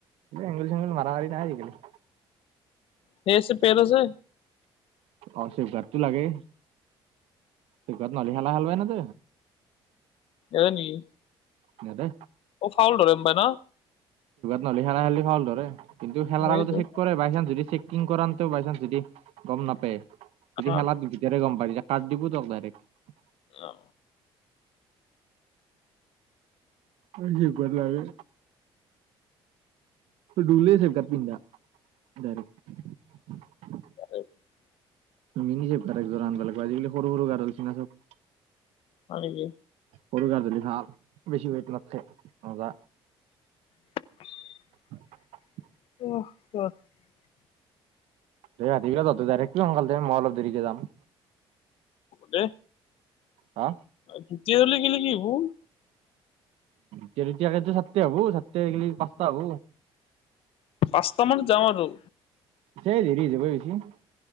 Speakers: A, on the right (about 80°); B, on the left (about 65°).
A: এংলি চেং মৰা মাৰ নাই আজিকালি।
B: সেই চোত তেল আছে।
A: অশেফ ঘাটতটো লাগে। ত কত নহ'লে হেলা হেল হয়াই ন ত।
B: হয় নেকি?
A: ন দে।
B: অ ফাউল ধৰেম পাই ন।
A: নহলে খেলা খেলি ভাল ধৰে কিন্তু খেলাৰ
B: সেইটো
A: আগতেো চেিক কৰে বাই চান্স যদি চেক কৰে। কৰাটো বাই চান্স যদি গম নাপায়
B: অ
A: যদি খেলাত ভিতৰে গম পাই। কাত দিব দক ডাইৰেক্ট।
B: অ
A: অ দিব লাগে। ডলেছেকাৰ পিন্ধা ডাইৰেক।
B: <unintelligible>
A: মিনিছে গা একয আন্ধিব লাগিব আজিকালি সৰু সৰু গাডালচিনা চব।
B: হয় নেকি?
A: সৰু গাজুলি ভাল বেছি ৱেত নাথকে ৰজা।
B: <unintelligible>
A: <unintelligible>
B: <unintelligible>
A: ৰাতিবাই সোনকাল দে মই অলপ দেৰিকে যাম।
B: দে।
A: হা।
B: তেতিয়া হ'লে গেলি কি হবো-
A: তিয়াতিয়া চাতটে হব চাতটে পাঁচটা হব।
B: পাঁচটা মান যাম আৰু।
A: সেই দেৰি হৈ যাব বেছি।